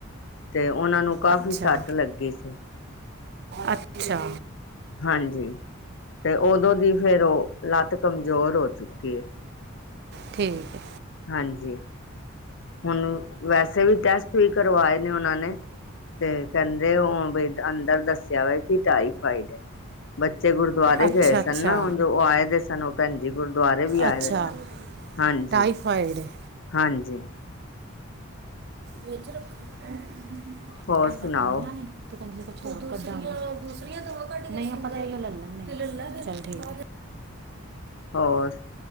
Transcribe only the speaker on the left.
ਤੇ ਉਹਨਾਂ ਨੂੰ ਕਾਫ਼ੀ
ਸੱਟ ਲੱਗੀ ਸੀ।
ਹਾਂਜੀ ਤੇ ਉਦੋਂ ਦੀ ਫਿਰ ਓ ਲੱਤ ਕਮਜ਼ੋਰ ਹੋ ਚੁੱਕੀ ਏ।
ਹਾਂਜੀ ਹੁਣ ਵੈਸੇ ਵੀ ਟੈਸਟ ਵੀ ਕਰਵਾਏ ਨੇ ਉਹਨਾਂ ਨੇ ਤੇ ਕੈਂਦੇ ਓ ਅੰਦਰ ਦੱਸਿਆ ਹੋ ਕਿ ਟਾਈਫਾਈਡ ਵੇ ਬ ਬੱਚੇ ਗੁਰਦੁਆਰੇ
ਗਏ
ਸਨ ਨਾ ਹੁਣ ਜੋ ਓ ਆਏ ਦੇ ਸਨ ਓ ਭੈਣ ਜੀ ਗੁਰਦੁਆਰੇ ਵੀ
ਆਏ ਦੇ ਸਨ। ਹਾਂਜੀ
ਹਾਂਜੀ
ਹੋਰ ਸੁਣਾਓ
ਹੋਰ